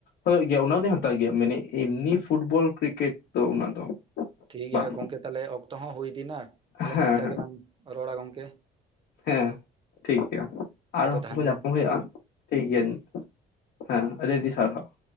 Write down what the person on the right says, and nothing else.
ᱴᱷᱤᱠ ᱜᱮᱭᱟ
ᱜᱚᱝᱠᱮ, ᱛᱟᱦᱞᱮ ᱚᱠᱛᱚ ᱦᱚᱸ, ᱦᱩᱭ ᱤᱫᱤ ᱮᱱᱟ, ᱛᱟᱦᱞᱮ,
ᱱᱤᱝᱠᱟ ᱜᱮᱞᱟᱝ, ᱨᱚᱲᱟ ᱜᱚᱝᱠᱮ ᱾
ᱛᱟᱦᱮᱱ
ᱵᱮᱱ